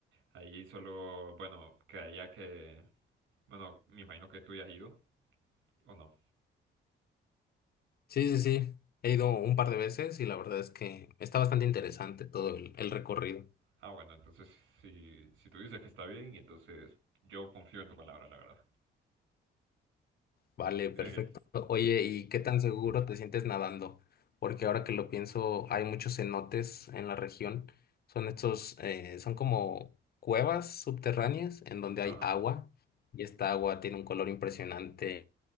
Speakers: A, on the right; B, on the left.
A: ahí solo, bueno, quedaría que, bueno, me imagino que tú ya has ido, ¿o no?
B: Sí, sí, sí. He ido un par de veces y la verdad es que está bastante interesante todo el, el recorrido.
A: Ah, bueno, entonces si, si tú dices que está bien, entonces yo confío en tu palabra, la verdad.
B: Vale, perfecto.
A: Eh,
B: Oye, ¿y qué tan seguro te sientes nadando? Porque ahora que lo pienso, hay muchos cenotes en la región. Son estos, eh, son como cuevas subterráneas en donde
A: ajá.
B: hay agua y esta agua tiene un color impresionante